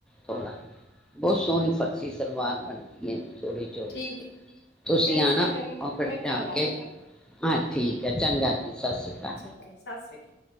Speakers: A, in the centre; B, on the left (about 65°).
A: ਥੋੜ੍ਹਾ, ਬੋਤ ਸੋਂਣੀ ਫਰਸ਼ੀ ਸਲਵਾਰ ਬਨੰਦੀ। ਨਈ, ਚੋੜੀ -ਚੋੜੀ
B: ਠੀਕ ਹੈ
A: ਤੁਸੀਂ
B: ਮੈਂ ਇਸ
A: ਆਨਾ।
B: ਤਰ੍ਹਾਂ ਕਰਨ
A: ਭੜਤਾ
B: ਮੈਂ ਕੱਲ ਆਉਂਦੀ
A: ਕੇ,
B: ਹਾਂ
A: ਹਾਂ ਠੀਕ ਐ, ਚੰਗਾ ਜੀ ਸਸ੍ਰੀ ਕਾਲ।
B: ਕੇ ਸਸ੍ਰੀ ਕਾਲ।